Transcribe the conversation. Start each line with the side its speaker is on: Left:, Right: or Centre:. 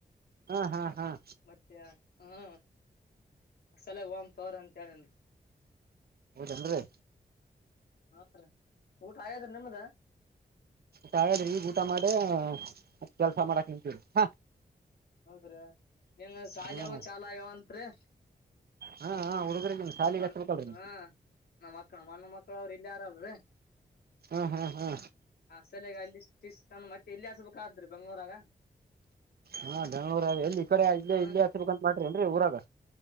Right: ಹಾಂ ಹಾಂ ಹಾಂ
Left: ಮತ್ತ ಹಾ ಅಸಲ ಒಮ ತೋರ ಅಂತ ಹೇಳನ್ರಿ
Right: ಹೌದೇದ್ರಿ ರಿ
Left: ಹಾ ರೀ ಊಟ ಆಯಾದ ನಿಮ್ದ <unintelligible>
Right: ಹಾಗಾದ್ರಿ <unintelligible> ಈ ಊಟ ಮಾಡೆ ಕೆಲ್ಸ ಮಾಡಕ್ ನಿಂತೀರಿ ಹಾ
Left: ಹೌದ್ರಾ ನೀನ್ ಶಾಲೆವು
Right: ಹಾಂ
Left: ಚಾಲ ಆಗ್ಯಾವಂತ್ರಿೀ
Right: ಹಾಂ ಹಾಂ ಹುಡುಗರಿಗೆ ಶಾಲಿಗೆ
Left: ನ
Right: ಹಚ್ಬೇಕಲ್ರಿ ನೀವು
Left: ಹ ನಮ್ಮ ಮಕ್ ಅಣ್ಣ ಮಕ್ಳ ಅವ್ರ ಇಲ್ ಯಾರಲ್ರಿೀ
Right: ಹಾಂ ಹಾಂ ಹಾಂ
Left: ಸಲಗ ಅಲ್ಲಿ ಇಷ್ಟ ಇಷ್ಟ ತಾನ ಮತ್ತೆ ಎಲ್ಲಿ ಹಸ್ಬೇಕಾದ್ರರು ಬೆಂಗ್ಳೂರಾಗ
Right: ಹಾ ಬೆಂಗ್ಗಳೂರ ಎಲ್ಲಿ ಈ ಕಡೆ ಇಲ್ಲೇ
Left: ಹ್ಮ್
Right: ಇಲ್ಲೇ ಹಚ್ಬೇಕಂತ ಮಾಡ್ರಿ ನ್ರರಿ ಊರಾಗ